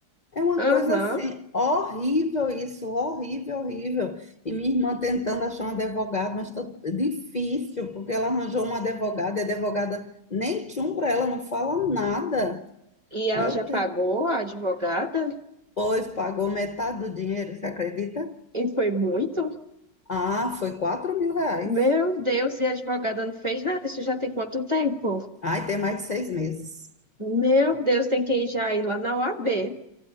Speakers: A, on the left; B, on the right.
A: É uma
B: Aham.
A: coisa assim, horrível isso, horrível, horrível. E minha irmã tentando achar um advogado, mas tá difícil, porque ela arranjou uma advogada, e a advogada nem tchum para ela, não fala nada.
B: E ela
A: Meu
B: já pagou
A: Deus.
B: a advogada?
A: Pois pagou metade do dinheiro, você acredita?
B: E foi muito?
A: Ah, foi quatro mil reais.
B: Meu Deus, e a advogada não fez nada? Isso já tem quanto tempo?
A: Ai, tem mais de seis meses.
B: Meu Deus, tem que ir já ir lá na OAB.